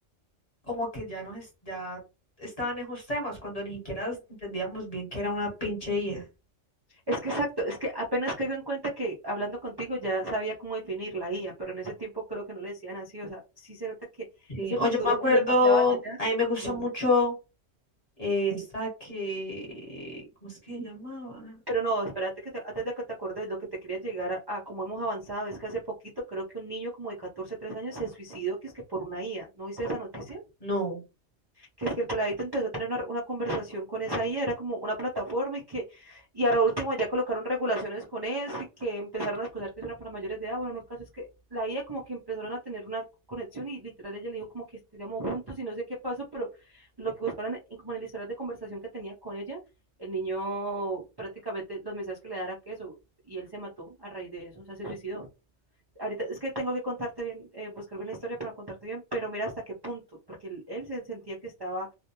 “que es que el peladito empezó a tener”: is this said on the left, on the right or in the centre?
Right